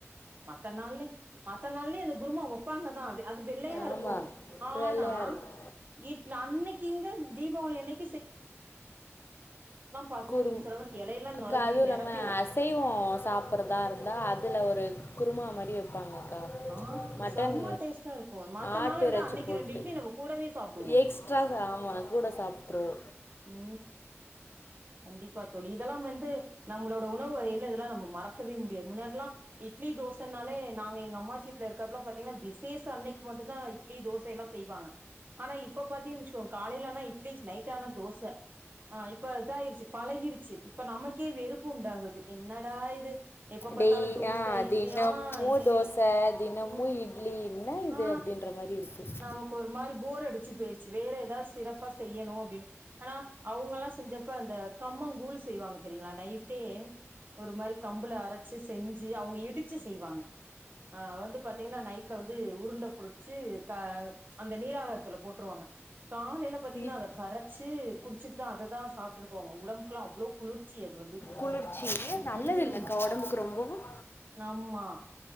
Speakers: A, on the right (about 40°); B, on the left (about 50°).
A: மத்த நாள்லி மத்த நாள்லி இத குருமா வெப்பாங்கதா அது அது வெள்ளையா
B: ஆமாம்
A: இருக்கு ஆனா
B: வெள்ளையாக இருக்கும்
A: இ அன்னகிங்க தீபாவளி அன்னக் பாக்கும்போது
B: குரு
A: நீங்க சொன்ன மாரி எலையெல்லா
B: அக்கா
A: நொரம்பி
B: அதுவு இல்லாம
A: நெரம்பிரு
B: அசைவ சாப்படுறதா இருந்தா அதுல ஒரு குருமா மாதிரி வப்பாங்க க
A: ஆ
B: மட்டன்
A: செம்ம டேஸ்ட்டா இருக்கு மத்த
B: ஆட்டு
A: நாள விட
B: இரைச்சி
A: அன்னைக்கு
B: போட்டு
A: ரெண்டு இட்லி நம்ம கூடவே சாப்டுவோ
B: எக்ஸ்ட்ரா ஆமா கூட சாப்ட்ருவோ
A: ஆ கண்டிப்பா தோழி இதெல்லா வந்து நம்மளோட உணவு வகையில இதெல்லா நம்ம மறக்கவே முடியாது முன்னாடில்லா இட்லி தோசன்னாலே நாங்க எங்க அம்மாச்சி வீட்டுல இருக்கறப்புல பாத்தீங்கன்னா விசேஷ அன்னைக்கு மட்டுந்தா இட்லி தோசை எல்லா செய்வாங்க ஆனா இப்ப பாத்தீங்கன் வச்சுக்கோங்க காலைல ஆனா இட்லி நைட் ஆனா தோச இப்ப இதாயிருச்சு பழகிருச்சு இப்ப நமக்கே வெறுப்பு உண்டாகுது என்னடா இது எப்ப பாத்தாலு
B: டெய்
A: தோச
B: ஆ
A: இட்லியா
B: தினமும்
A: இதவே
B: தோசை தினமும்
A: ம்
B: இட்லி என்ன இது
A: ஆ
B: அப்படின்ற மாதிரி இருக்குது
A: நமக்கு ஒரு மாரி போர் அடிச்சு போயிருச்சு வேற எதா சிறப்பா செய்யணு அப்டின்னு ஆனா அவங்கல்லா செஞ்ச ப்ப அந்த கம்மங் கூழ் செய்வாங்க தெரிங்களா நைட்டே ஒரு மாரி கம்புல அரைச்சு செஞ்சு அவங்க இடிச்சு செய்வாங்க அ வந்து பாத்தீங்கன்னா நைட்ல வந்து உருண்டை புரிச்சு க அந்த நீராகரத்துல போட்ருவாங்க காலலேபாத்தீங்கன்னா
B: இ-
A: அத கரைச்சி குடிச்சிட்டு தா அததா உடம்புகெல்லா அவ்ளோ குளிர்ச்சி அது வந்து
B: குளிர்ச்சி நல்லது
A: ம்
B: இல்லைக்கா உடம்புக்கு ரொம்பவும்
A: ஆம்மா